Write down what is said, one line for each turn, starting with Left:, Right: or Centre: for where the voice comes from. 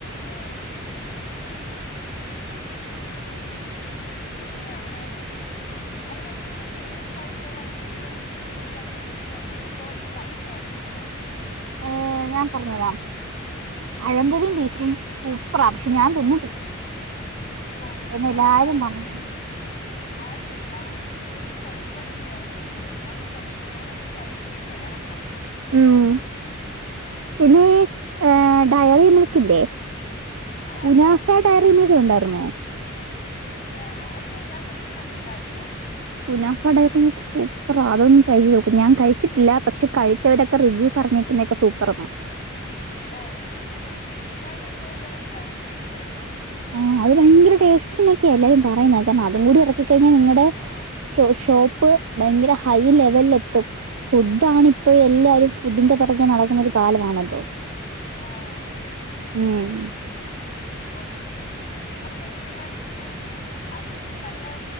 Left: ഓഹ് നൈസ് പിന്നെ അവിടെ അവിടെ എന്തെങ്കിലും ഫേമസ് ആയിട്ടുള്ള എന്തെങ്കിലും ഫുഡ് അങ്ങനെ എന്തെങ്കിലും ഉണ്ടോ എനിക്കവിടെ ട്രൈ ചെയ്യാനാ എന്റെ ഷോപ്പില്
Right: ഏഹ് ഞാൻ പറഞ്ഞു തരാം പഴംമ്പൊരിയും ബീഫും സൂപ്പറാ പക്ഷെ ഞാൻ തിന്നിട്ടില്ല
Left: ഓഹ് പക്ഷെ
Right: എന്ന്
Left: ഞങ്ങളവിടെ
Right: എല്ലാരും പറഞ്ഞു
Left: അത്ര ഫെയി മസ് ആയിട്ടില്ല അത് ഇതുവരെയും കോഴിക്കോടൊന്നും ഇറങ്ങിയിട്ടില്ല ഞാൻ കൊ ഞാന് ഒന്ന് ട്രൈ ചെയ്തിട്ട് ഇറക്കാം
Right: ഉം പിന്നെ
Left: അപ്പേ
Right: ഈ ഡയറി മിൽക്കില്ലേ
Left: ആ
Right: കുനാഫ
Left: ഡയറി മിൽക്ക്
Right: ഡയറിമിൽക്ക് കണ്ടായിരുന്നോ
Left: ആഹ് അയ്യോ ഞാന് അത് കണ്ടില്ലായിരുന്നു
Right: ഗുനാഫ ഡയറി മിൽക്ക് സൂപ്പറാ അതൊന്ന് ട്രൈ ചെയ്ത് നോക്കൂ ഞാൻ ക ഴിച്ചിട്ടില്ല പക്ഷെ കഴിച്ചവരൊക്കെ റിവ്യൂ പറഞ്ഞേക്കുന്നതൊക്കെ സൂപ്പർന്നാണ്
Left: ഓഹ് ഓക്കെ ഓക്കെ ഞാൻ എന്തായാലും അത് ട്രൈ ചെയ്ത് ഇറക്കാം
Right: ആഹ് അത് ഭയങ്കര ടേസ്റ്റിയിന്നൊക്കെയാ എല്ലാരും പറയുന്നത് കാരണം അതും കൂടി ഇറക്കി കഴിഞ്ഞാൽ നിങ്ങളുടെ ഷോപ്പ് ഭയങ്കര ഹൈ ലെവലില് എത്തും ഫുഡ് ആണ് ഇപ്പോ എല്ലാരും ഫുഡിന്റെ പുറകെ നടക്കുന്ന ഒരു കാലമാണല്ലോ
Left: ആഹ്
Right: ഉം
Left: ഓക്കെ അവിടെ എങ്ങനെയാണ് ഇപ്പം അതിനൊക്കെ നല്ല